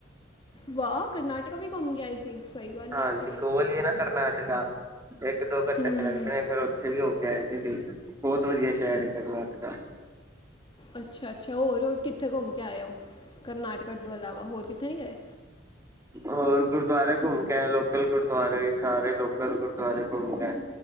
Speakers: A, on the left (about 25°); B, on the right (about 15°).
A: ਵਾਹ ਕਰਨਾਟਕਾ ਵੀ ਘੁੰਮ ਕੇ ਆਏ ਸੀ। ਸਹੀ ਗੱਲ
B: ਹਾਂਜੀ
A: ਹੈ ਤੇ ਬਈ
B: ਕੋਲ ਹੀ ਏ ਨਾ ਕਰਨਾਟਕਾ ਇੱਕ ਦੋ ਘੰਟੇ
A: ਹੂੰ
B: ਲੱਗਦੇ ਨੇ ਫਿਰ ਉੱਥੇ ਵੀ ਹੋ ਕੇ ਆਏ ਸੀ ਅਸੀਂ, ਬਹੁਤ ਵਧੀਆ ਸ਼ਹਿਰ ਹੈ ਕਰਨਾਟਕਾ।
A: ਅੱਛਾ-ਅੱਛਾ ਹੋਰ ਕਿੱਥੇ ਘੁੰਮ ਕੇ ਆਏ ਹੋ, ਕਰਨਾਟਕਾ ਤੋਂ ਇਲਾਵਾ ਹੋਰ ਕਿੱਥੇ ਨੀ ਗਏ।
B: ਹੋਰ ਗੁਰਦੁਆਰੇ ਘੁੰਮ ਕੇ ਆਏ, ਲੋਕਲ ਗੁਰਦੁਆਰੇ ਸਾਰੇ ਲੋਕਲ ਗੁਰਦੁਆਰੇ ਘੁੰਮ ਕੇ,